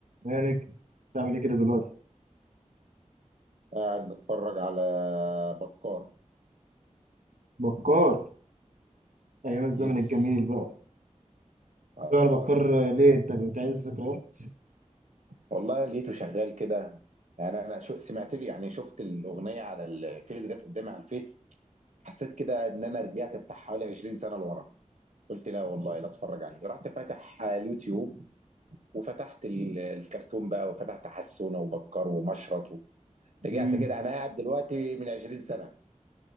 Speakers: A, on the right (about 85°); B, on the right (about 70°).
A: يا نجم بتعمل ايه كده دلوقتي
B: قاعد بتفرج على بكار
A: بكار ايام الزمن
B: يس
A: الجميل بقى
B: اه
A: ايوه
B: والله
A: انا بكار
B: يا ابني
A: آه، ليه انت بتعيد الذكريات
B: والله لقيته شغال كده يعني انا شو سمعت له يعني شفت الاغنيه على الفيس جت قدامي على الفيس حسيت كده ان انا رجعت بتاع حوالي 20 سنه لورا قلت لا والله لا اتفرج عليه رحت فاتح على اليوتيوب وفتحت ال- الكرتون بقى وفتحت حسونه وبكار ومشرط و- رجعت
A: امم
B: كده انا قاعد دلوقتي من 20 سنه